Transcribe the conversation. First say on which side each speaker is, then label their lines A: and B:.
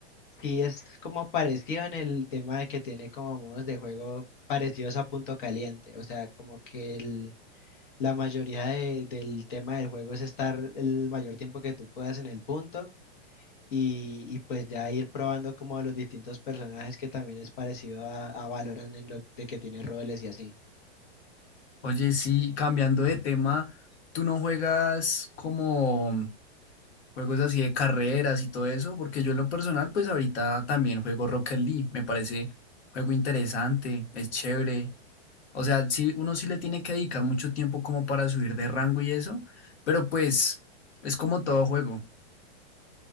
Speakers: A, on the left; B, on the left.
A: sí es como parecido en el tema de que tiene como modos de juego parecidos a Punto Caliente, o sea, como que el- la mayoría de- del tema del juego es estar el mayor tiempo que tú puedas en el punto y, y pues ya ir probando como los distintos personajes que también es parecido a, a Valorant en lo de que tiene roles y así.
B: Oye, sí, cambiando de tema, ¿tú no juegas como juegos así de carreras y todo eso? Porque yo en lo personal, pues ahorita también juego Rocket League. Me parece juego interesante, es chévere O sea, sí, uno sí le tiene que dedicar mucho tiempo como para subir de rango y eso, pero pues es como todo juego.